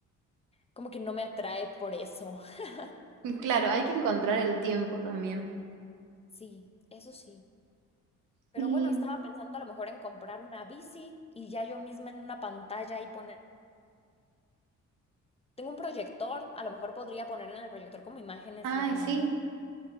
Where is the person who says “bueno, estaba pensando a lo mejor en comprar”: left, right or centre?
Left